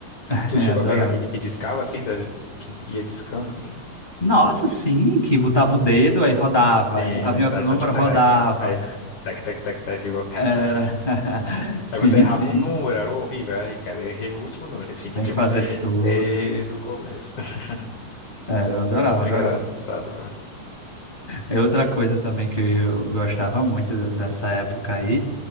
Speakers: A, on the left; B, on the left.
A: <laughs>
B: Tu
A: É,
B: chegou
A: adorava.
B: a pegar aquele que discava, assim, da... que ia discando, assim?
A: Nossa, sim, que botava o dedo, aí rodava,
B: Sim,
A: aí botava em outro
B: tá,
A: número,
B: tá, tá, tá,
A: rodava.
B: aí, aí, tec, tec, tec, tec, vou- <laughs>
A: Era. <laughs> Sim,
B: aí você errava
A: sim,
B: um número, era horrível, aí, cara, eu errei o último número, eu tinha que,
A: tem
B: tipo,
A: que fazer tudo.
B: desde o começo. <laughs>
A: Era, eu adorava,
B: É
A: adorava.
B: engraçado, velho.
A: É outra coisa também que eu gostava muito de- dessa época aí.